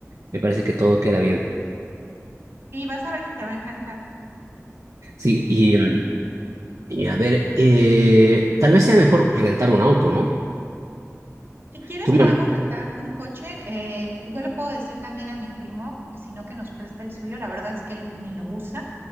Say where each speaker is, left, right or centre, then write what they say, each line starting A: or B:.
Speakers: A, on the right; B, on the right.
A: me parece que todo queda bien.
B: Y vas a ver que te va a encantar.
A: Sí, y, mm, y a ver, eh, tal vez sea mejor rentar un auto, ¿no?
B: Si quieres
A: Tú mane-
B: podemos rentar un coche, eh, yo le puedo decir también a mi primo, si no que nos preste el suyo, la verdad es que él ni lo usa